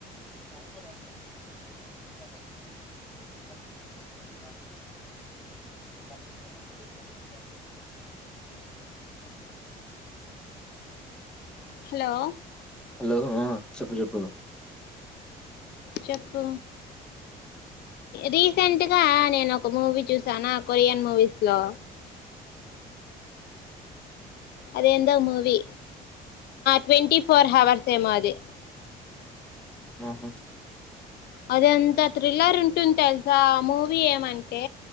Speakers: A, in the centre; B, on the left.
A: <inaudible>
B: హలో
A: హలో ఆ చెప్పు చెప్పు
B: చెప్పు రీసెంట్గా నేను ఒక మూవీ చూసాను కొరియన్ మూవీస్ లో అది ఏందో మూవి ట్వంటీ ఫోర్ హవర్స్ ఏమో అది
A: మ్మ్
B: అద అంత థ్రిల్లర్ ఉంటుంది తెలుసా ఆ మూవీ ఏమంటే